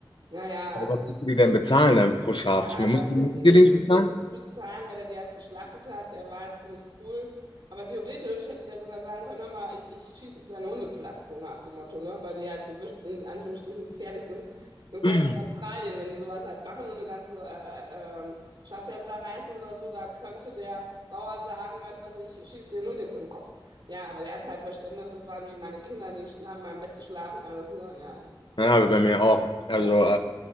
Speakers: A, on the right (about 60°); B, on the left (about 65°).
A: Naja,
B: Aber
A: also
B: was musst du die denn bezahlen dann pro Schaf?
A: ja,
B: Ich meine,
A: wir
B: musst,
A: mussten
B: musst du die nicht bezahlen?
A: nicht bezahlen, weil er die halt geschlachtet hat. Der war halt ziemlich cool. Aber theoretisch hätte der sogar sagen können, hör mal, ich, ich schieße jetzt einen Hundeplatz so nach dem Motto, ne? Weil die halt so wisch- in Anführungsstrichen gefährlich sind. Und selbst
B: <clears throat>
A: in Australien, wenn die sowas halt machen und eine ganze äh, äh, ähm, Schafsherde da reißen oder so, da könnte der Bauer sagen, weißt du was, ich schieße den Hund jetzt im Kopf. Ja, aber der hatte halt Verständnis, das waren wie meine Kinder, die sch- haben in meinem Bett geschlafen, alles, ne? Ja,
B: Ja, aber bei mir auch. Also,
A: ja.
B: äh,